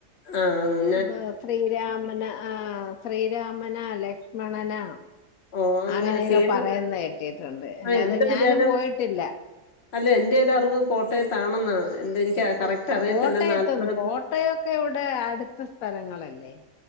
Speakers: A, on the left; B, on the left.
A: ആഹ് ന്ന്
B: ഇത് ശ്രീരാമന ആഹ് ശ്രീരാമനാ ലക്ഷ്മണനാ
A: ഓ അങ്ങനെ
B: അങ്ങനെയൊക്കെ
A: കേട്ടിട്ടു
B: പറയുന്ന കെട്ടിയിട്ടുണ്ട് അല്ലാതെ
A: ആ എന്റെ
B: ഞാനും
A: വിചാരം
B: പോയിട്ടില്ല.
A: അല്ല എന്റെ ഒരറിവ് കോട്ടയത്താണെന്നാ എന്ത് എനിക്ക് കറക്റ്റ് അറിയത്തില്ല
B: കോട്ടയത്ത്ന്നു
A: നാലമ്പലം
B: കോട്ടയൊക്കെ ഇവിടെ അടുത്ത സ്ഥലങ്ങളല്ലേ